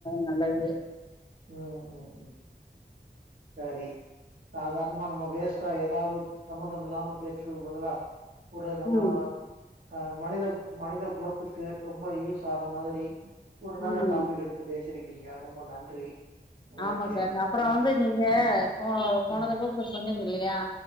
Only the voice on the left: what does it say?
நல்லது
ம்
ம்
ஆமா
சார் அப்பறம்
வந்து நீங்க போ போன
தடவ கூட சொன்னீங்க இல்லயா